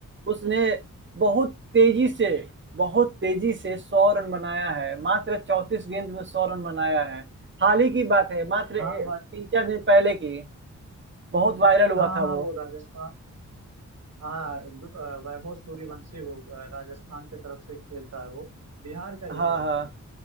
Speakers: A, on the right; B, on the right.
A: उसने बहुत तेजी से बहुत तेजी से सौ रन बनाया है मात्र चौंतीस गेंद में सौ रन बनाया है हाल ही की बात है मात्र ए-
B: हाँ वा-
A: तीन चार दिन पहले की बहुत वायरल हुआ
B: हाँ
A: था
B: हाँ
A: वो
B: वो राजस्थान हाँ ग- अ, वैभव सूर्यवंशी वो अ, राजस्थान की तरफ से खेलता है वो बिहार का ही
A: हाँ,
B: है वो
A: हाँ।
B: भी